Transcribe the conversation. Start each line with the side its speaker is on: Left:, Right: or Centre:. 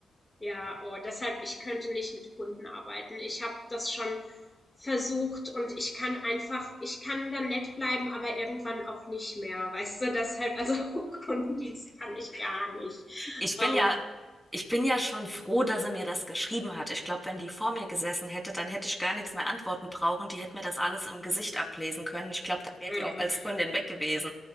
Left: ja, oh, deshalb, ich könnte nicht mit Kunden arbeiten. Ich habe das schon versucht und ich kann einfach, ich kann dann nett bleiben, aber irgendwann auch nicht mehr. Weißt du, deshalb, also <laughs> Kundendienst kann ich gar nicht.
Centre: Ich
Left: Ähm,
Centre: bin ja, ich bin ja schon froh, dass sie mir das geschrieben hat. Ich glaube, wenn die vor mir gesessen hätte, dann hätte ich gar nichts mehr antworten brauchen. Die hätte mir das alles im Gesicht ablesen können. Ich glaube, dann wäre
Left: mm,
Centre: die auch als Kundin weg gewesen.